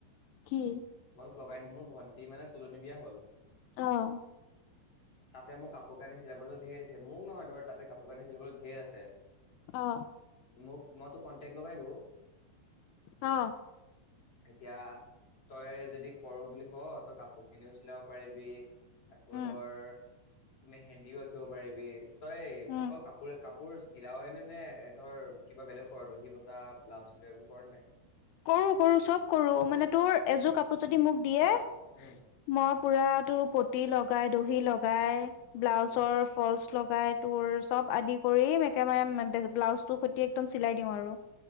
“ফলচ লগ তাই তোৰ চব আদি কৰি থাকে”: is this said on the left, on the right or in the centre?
Left